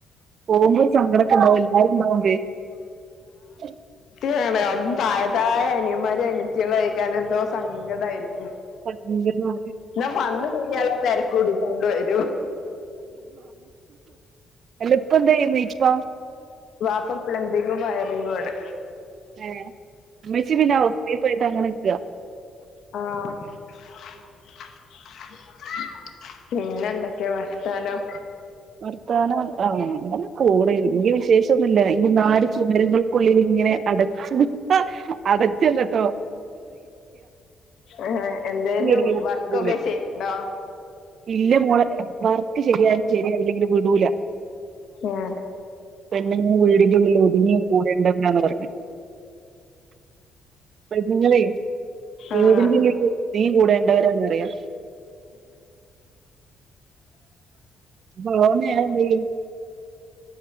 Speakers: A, on the right; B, on the left.
A: പോവുമ്പോ ഒരു സങ്കടക്കുണ്ടാവും ല്ലേ <unintelligible>
B: ത്യാണ്, അതും താഴെ താഴെ അനിയന്മാരും അനയത്തികളും ആയ കാരണം എന്തോ സങ്കടായിരിക്കും
A: സങ്കടമാണ്.
B: എന്നാ വന്ന് കഴിഞ്ഞാലോ തെരക്ക് പിടിക്കാണ്ടു ആയി
A: അല്ല ഇപ്പോ എന്താ ചെയ്യുന്നീ വ
B: വാപ്പ പ്ലംബിങ്ങും വയറിങ്ങും ആണ്
A: ഏ ഉമ്മച്ചി പിന്നെ ഹൗസ് വൈഫായിട്ട് അങ്ങനെ ക്ക
B: ആ <unintelligible> പിന്നെ എന്തൊക്കെയാ വർത്താനം
A: വർത്താനം, ആ അങ്ങനെ പോണ് വലിയ വിശേഷൊന്നില്ല ഈ നാല് ചുമരങ്ങൾക്കുള്ളിലിങ്ങനെ അടച്ച് അടച്ചല്ലട്ടോ
B: ആ എന്തേലും
A: ഈ എരിയോട്ട്
B: വർക്കൊക്കെ
A: വിടൂല
B: ചെയ്യണ്ടോ?
A: ഇല്ല മോളെ വർക്ക് ശരിയായാലും ശരിയായില്ലെങ്കിലും വിടൂല,
B: ഏഹ്
A: പെണ്ണുങ്ങള് വീടിന്റെ ഉള്ളില് ഒതുങ്ങി കൂടേണ്ടവരാന്നാ പറഞ്ഞ്. പെണ്ണുങ്ങളെ വീടിന്റെ
B: ആഹ്
A: ഉള്ളില് തീ കൂടേണ്ടവരാന്നറിയാ <unintelligible> നേരം പോയി